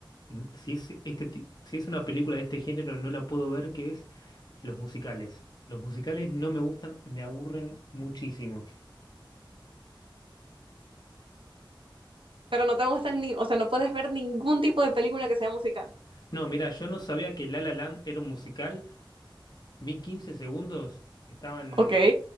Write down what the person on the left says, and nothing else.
Mm, Si es, este, ti- si es una película de este género, no la puedo ver, que es los musicales. Los musicales no me gustan, me aburren muchísimo.
No, mira, yo no sabía que La La Land era un musical. Vi 15 segundos, estaban,